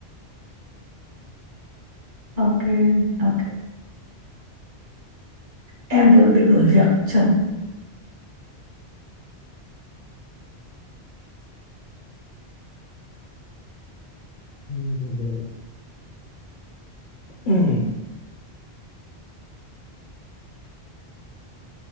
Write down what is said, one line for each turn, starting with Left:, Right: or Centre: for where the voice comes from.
Right: Ok, ok. Em vừa bị đuổi việc chấm.
Left: Ừ, bây giờ- <clears throat>